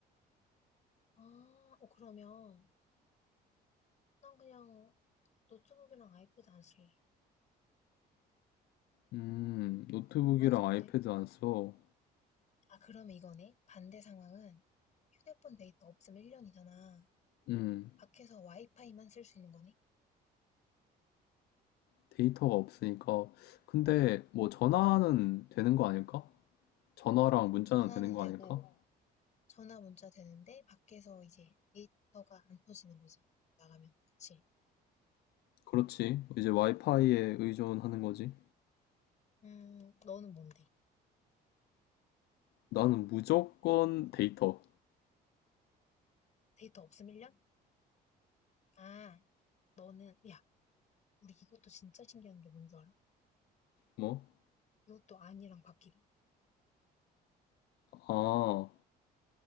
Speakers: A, on the left; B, on the left.
A: 아, 어, 그러면 난 그냥 노트북이랑 아이패드 안 쓸래.
B: 음, 노트북이랑
A: 안 써도
B: 아이패드
A: 돼.
B: 안 써.
A: 아, 그러면 이거네. 반대 상황은 휴대폰 데이터 없으면 1년이잖아.
B: 음.
A: 밖에서 와이파이만 쓸 수 있는 거네.
B: 데이터가 없으니까. 근데 뭐 전화는 되는 거 아닐까? 전화랑 문자는
A: 전화는
B: 되는 거
A: 되고,
B: 아닐까?
A: 전화 문자 되는데, 밖에서 이제 데이터가 안 터지는 거지. 나가면. 그치?
B: 그렇지. 이제 와이파이에 의존하는 거지.
A: 음, 너는 뭔데?
B: 나는 무조건 데이터.
A: 데이터 없으면 1년? 아, 너는, 야, 우리 이것도 진짜 신기한 게 뭔 줄 알아?
B: 뭐?
A: 이것도 아니랑 바뀌다.
B: 아,